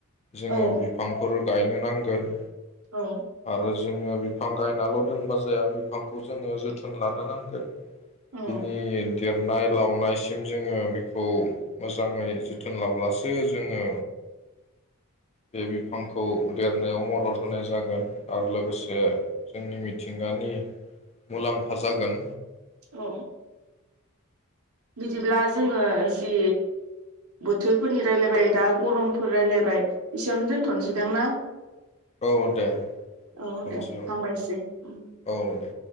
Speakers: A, on the left (about 30°); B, on the right (about 70°).
A: जोङो
B: औ
A: बिफांफोर गायनो नांगोन
B: औ
A: आरो जोङो बिफां गायनाल' दोनबा जाया बिफांखौ जोङो जोथोन लानो नांगोन
B: औ
A: बिनि देरनाय लावनायसिम जोङो बेखौ मोजाङै जोथोन लाब्लासो जोङो बे बिफांखौ देरनायाव मदद होनाय जागोन आरो लोगोसे जोंनि मिथिंगानि मुलाम्फा जागोन
B: औ बिदिब्ला जोङो जि बोथोरफोरनि रायलायबाय दा गरमफोर रायलायबाय एसेयावनो दोनथ'नोसैदां ना
A: औ दे
B: औ
A: दोनथोसै
B: दे
A: औ
B: हामबायसै
A: औ दे